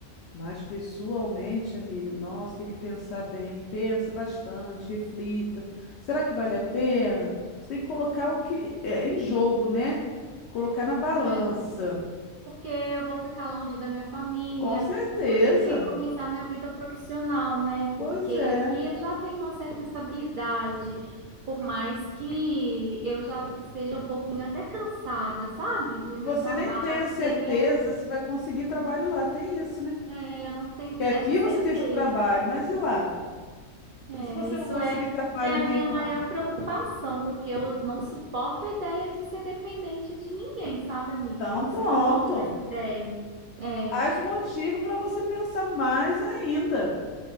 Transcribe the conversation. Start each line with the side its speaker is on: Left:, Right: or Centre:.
Left: Mas pessoalmente, amiga, nossa, tem que pensar bem, pensa bastante, reflita. Será que vale a pena? Você tem que colocar o que é em jogo, né? Colocar na balança.
Right: né? porque eu vou ficar longe da minha família
Left: Com certeza.
Right: e vou ter que recomeçar minha vida profissional, né?
Left: Pois
Right: Porque
Left: é.
Right: aqui eu já tenho uma certa estabilidade, por mais que eu já esteja um pouquinho até cansada, sabe? Do
Left: E você
Right: meu trabalho,
Left: nem tem a certeza
Right: seria um,
Left: se vai conseguir trabalho lá, tem isso, né?
Right: é, eu não tenho
Left: Que aqui
Right: essa certeza.
Left: você tem seu trabalho, mas e lá?
Right: É,
Left: E se você
Right: isso
Left: não conseguir
Right: é,
Left: trabalho
Right: é a
Left: nenhum,
Right: minha maior preocupação, porque eu não suporto a ideia de ser dependente de ninguém, sabe, amiga?
Left: então
Right: Eu Não
Left: pronto.
Right: suporto essa ideia. É,
Left: Mais um motivo para você pensar mais ainda,